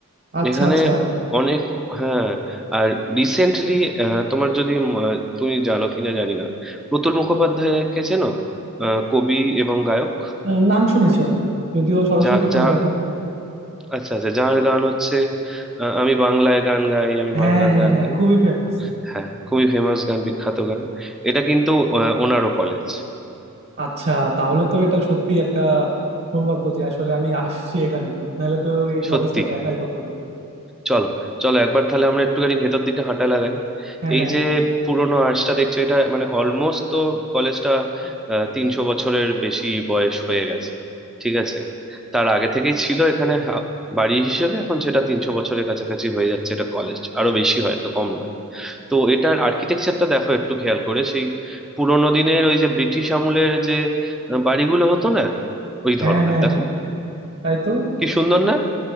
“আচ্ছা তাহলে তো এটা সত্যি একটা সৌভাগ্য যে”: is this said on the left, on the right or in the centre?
Right